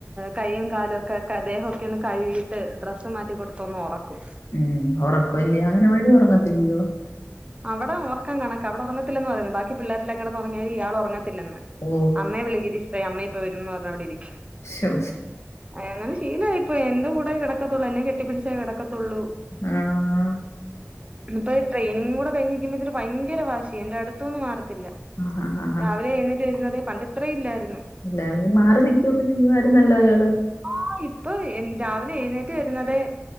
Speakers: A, on the right; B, on the left.
A: കൈയും കാലും ഒക്കെ ദ്ദേഹവൊക്കെ ഒന്ന് കഴുകീട്ട് ഡ്ര സ് മാറ്റി കൊടുത്തൊന്ന് ഒറക്കും
B: ഉം ഉറക്കുവല്ലയോ അങ്ങനവാടി ഉറങ്ങത്തില്ലയോ
A: അവിടെ ഉറക്കം കണക്ക അവിടെ ഉറങ്ങത്തില്ലെന്ന് പറയുന്നു ബാക്കി പിള്ളേരെല്ലാം കിടന്നൊറങ്ങിയാലും ഇയാൾ ഉറങ്ങത്തില്ലെന്ന്
B: ഓ
A: അമ്മയെ വിളിക്ക്ടിച്ചറെ അമ്മ ഇപ്പൊ വരുംന്ന് പറഞ്ഞവിടെ ഇരിക്കും
B: ശോ
A: അങ്ങനെ ശീലവായിപ്പോയി എന്റെ കൂടെ കിടക്കത്തുള്ളൂ എന്നെ കെട്ടിപ്പിച്ചേ കിടക്കത്തുള്ളൂ
B: ഉം
A: ഇപ്പൊ <unintelligible> കൂടെ കഴിഞ്ഞിരിക്കുമ്പോത്തേന് ഭയങ്കര വാശിയ എന്റെ അടുത്തുന്നു മാറത്തില്ല
B: ആഹാ, ആഹാ.
A: രാവിലെ എഴുന്നേറ്റ് വരുന്നതേ പണ്ട് ഇത്ര ഇല്ലായിരുന്നു
B: ഇല്ലാരുന്നേ മാറി നിൽക്കുവൊക്കെ ചെയ്യുവായിരുന്നല്ലോ അയാള്
A: ആഹ് ഇപ്പൊ എൻ രാവിലെ എഴുന്നേറ്റ് വരുന്നതെ